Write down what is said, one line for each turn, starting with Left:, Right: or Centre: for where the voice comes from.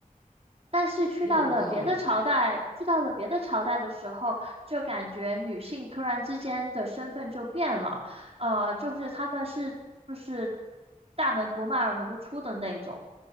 Right: 但是去到了别的朝代，
Left: 有道理，
Right: 去到了别的朝代的时候，就感觉女性突然之间的身份就变了，呃，就是她们是就是大门不迈二门不出的那种，